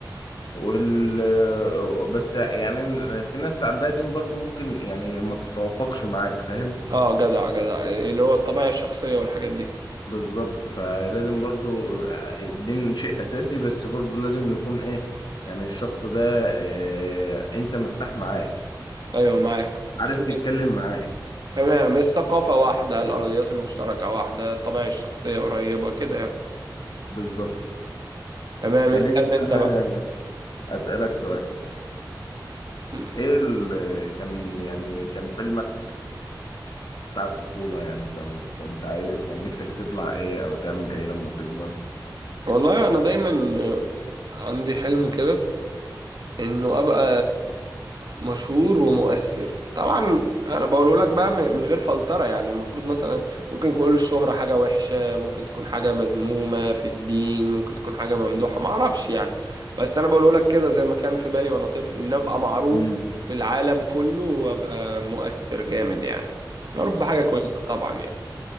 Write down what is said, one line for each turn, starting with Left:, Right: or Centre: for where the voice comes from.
Left: وال بس يعني في ناس عندها دين برضو ممكن يعني ما تتوافقش معاك فاهم
Right: اه جدع جدع اللي هو الطبيعة الشخصية والحاجات دي
Left: بالظبط فلازم برضو الدين شيء أساسي بس برضو لازم يكون إيه يعني الشخص ده إيه أنت مرتاح معاه
Right: ايوه معاك
Left: عارف
Right: تمام
Left: تتكلم معاه
Right: تمام الثقافة واحدة الأرضيات المشتركة واحدة الطبيعة الشخصية قريبة كده يعني
Left: بالظبط
Right: تمام اسأل
Left: خليني
Right: انت
Left: أنا
Right: بقى
Left: أسألك سؤال
Right: م.
Left: إيه ال... كان يعني كان حلمك بتاع الطفولة يعني كان كنت عايز كان نفسك تطلع إيه أو تعمل إيه لما تكبر؟
Right: والله انا دايما آه، عندي حلم كده انه ابقى مشهور ومؤثر طبعا انا بقوله لك بقى م- من غير فلترة يعني المفروض مثلا ممكن تقول الشهرة حاجة وحشة ممكن تكون حاجة مذمومة في الدين ممكن تكون حاجة ممدوحة ما اعرفش يعني بس انا بقوله لك كده زي ما كان في بالي وانا طفل ان ابقى معروف
Left: امم
Right: في العالم كله وابقى مؤثر جامد يعني معروف بحاجة كويسة طبعا يعني